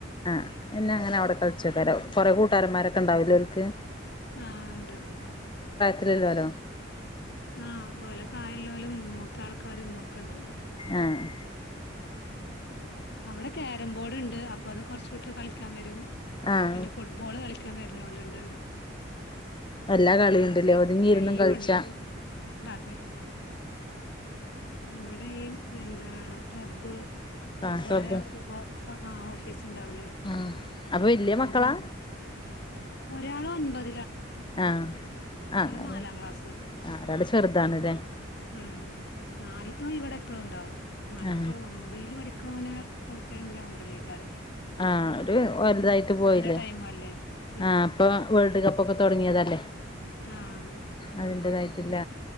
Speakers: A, on the left (about 25°); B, on the left (about 60°).
A: ആ എന്നെ അങ്ങനെ അവിടെ കളിച്ചു വക്കരാ കുറേ കൂട്ടാരൻ മാരോക്കെണ്ടവൂലോലോൽക്ക്‌?
B: ആഹ ണ്ട് ണ്ട്
A: ല്ലല്ലോ
B: ആഹ് ഓലെ പ്രായല്ലോലും മൂത്ത ആൾക്കാരും ഒക്കെണ്ട്
A: ആഹ
B: അവിടെ ക്കേരംബോർഡ്ണ്ട് അപ്പൊത് കുറചുട്ട്രാര് കളിക്കാൻ വരും
A: ആഹ്
B: പിന്നെ ഫുട്ബോള്ണ്ട് ക്കാ വെരുന്നോലുണ്ട്
A: എല്ലാ
B: ഉം
A: കളിയുണ്ടല്ലേ
B: അങ്ങനെ
A: ഒതുങ്ങിയിരുന്നും
B: എല്ലാംഉണ്ട്
A: കളിച്ചാ
B: അത് ഇവിടെയും എന്താ ക്ലബ്ബ് ക്ലബ്ബാരൊ
A: ആ ക്ലബ്ബ്
B: ഹ് ആ ഓഫീസ്ണ്ടാവൂലേ
A: ആ അപ്പൊ വല്യ
B: അതിനും
A: മക്കളാ
B: ഒരാലൊൻപെഹ്
A: ആഹ ആ ന്നാലും
B: നാലാം ക്ലാസ്
A: ആ ഓരാള് ചെറുതാാണ്ലെ
B: ഉം നാലത്തോയ്ൻ ഇവിടെപ്പളും ണ്ടാവും മറ്റോ
A: ആ
B: ഒമ്പതില് പഠി ോന ഫുൾ ടൈ ഗ്രൗണ്ടിലായ്ക്കാരം
A: ആഹ രു വലുതായിട്ട് പോയില്ലേ
B: ടൈം അല്ലേ ഉം
A: ആഹ അപ്പൊ കപ്പൊക്കെ തുടങ്ങിയതല്ലേ
B: ആ അതെ
A: അതിന്റേതായിട്ടില്ല